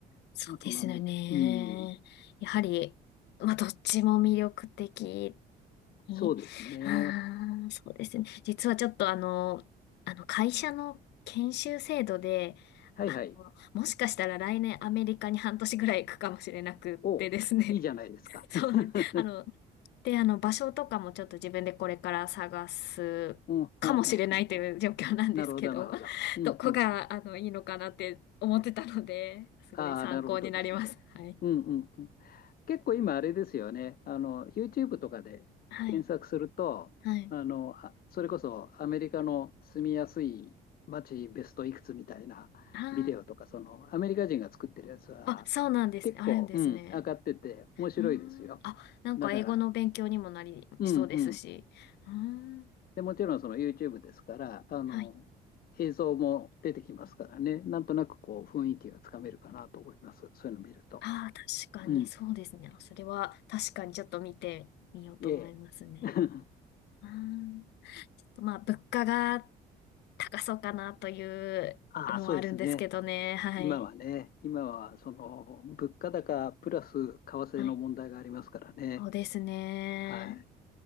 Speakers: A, on the left; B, on the left.
A: そうですよね。
B: あとなん、うん。
A: やはり、まあ、どっちも魅力的に。
B: そうですね。
A: ああ、そうですね。実はちょっとあの、あの、会社の研修制度で、
B: はいはい。
A: あの、もしかしたら来年アメリカに半年ぐらい行くかもしれなくってですね。
B: お、いいじゃないですか。
A: <laughs> そうなん、
B: <laughs>
A: あの、で、あの、場所とかもちょっと自分でこれから探すかもしれないという状況なんですけど、
B: うん、ほんほんほんほん。なるほど、なるほど。
A: <laughs>
B: うん、
A: どこが、
B: うん。
A: あの、いいのかなって思ってたので、すごい参考になります。
B: ああ、なるほどですね。
A: はい。
B: うん、うん、うん。結構今あれですよね。あの、YouTube とかで検索すると、
A: はい。はい。
B: あの、あそれこそアメリカの住みやすい街ベストいくつみたいなビデオとか、
A: あ
B: そのアメリカ人が作ってるやつは
A: あ。あ、そうなんですね。
B: 結構、
A: あるんですね。
B: うん、上がってて面白いですよ。
A: うーん。あ、なんか英語の勉強にもなりそうですし。
B: だから、うんうん。
A: うーん。
B: で、もちろんその YouTube ですから、あの、
A: はい。
B: 映像も出てきますからね。なんとなくこう雰囲気がつかめるかなと思います。そういうの見ると。
A: ああ、確かに、
B: うん。
A: そうですね。それは確かにちょっと見てみようと思いますね。
B: ええ。<laughs>
A: うーん。ちょっとまあ、物価が高そうかなというのはあるんですけどね。
B: ああ、そうですね。
A: はい。
B: 今はね、今はその物価高プラス為替の問題がありますからね。
A: はい。そうですね。
B: はい。